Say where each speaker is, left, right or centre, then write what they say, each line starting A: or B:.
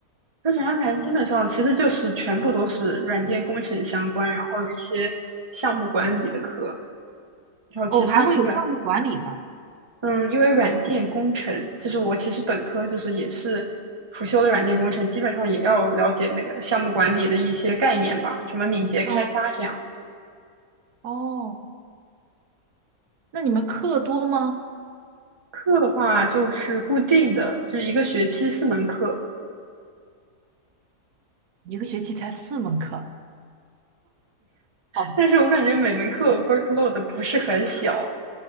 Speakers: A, on the right (about 20°); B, on the right (about 80°).
A: 课程安排基本上其实就是全部都是软件工程相关，然后有一些项目管理的课，然后其他基本
B: 哦，还会有项目管理的。
A: 嗯，因为软件工程，就是我其实本科就是也是辅修的软件工程，基本上也要了解那个项目管理的一些概念吧，什么敏捷开发这样子。
B: 嗯，哦，那你们课多吗？
A: 课的话就是固定的，就是一个学期四门课，
B: 一个学期才四门课。好的
A: 但是我感觉每门课 workload 不是很小，